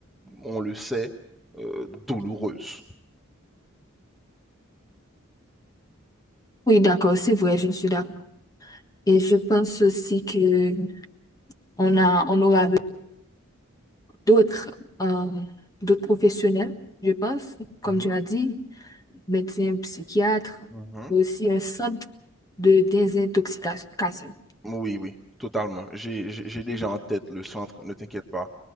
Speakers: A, in the centre; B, on the left.
A: on le sait, euh, douloureuse.
B: Oui, d'accord, c'est vrai, je suis d'accord. Et je pense aussi que on a, on aura d'autres euh, d'autres professionnels, je pense, comme
A: Mhm,
B: tu as dit, médecins, psychiatres,
A: mhm.
B: mais aussi un centre de désintoxication.
A: Oui, oui, totalement. J'ai j'ai- j'ai déjà en tête le centre, ne t'inquiète pas.